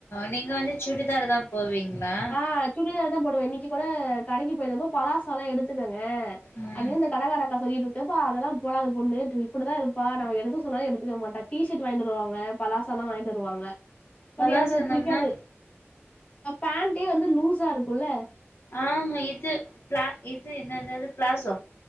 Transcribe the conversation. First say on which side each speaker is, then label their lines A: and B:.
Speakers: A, on the left; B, on the left.
A: நீங்க வந்து சுடிதார் தா போவீங்ளா
B: அ சுடிதார் தா போடுவே இன்னைக்கு கூட கடைக்கு போய் இருந்தப்ப பலாசல எடுத்துக்கங்க
A: ம்
B: அப்டினு இந்த கடகார க்கா சொல்லிட்டு இருக்கப்ப அதெல்லா போடாது பொண்ணு இப்டிதா இருப்பா நா எடுக்க சொன்னாலு எடுத்துக்க மாட்டா டீஷர்ட் வாய்ண்டுவருவாங்க பலாசாலா வாய்ண்டு வருவாங்க பட்
A: பலாசனம்னா
B: எனக்கு அது புடிக்காது பேண்டே வந்து லூஸா இருக்குல்ல
A: ஆ ஆ இது ப இது என்னதது ப்ளாசோ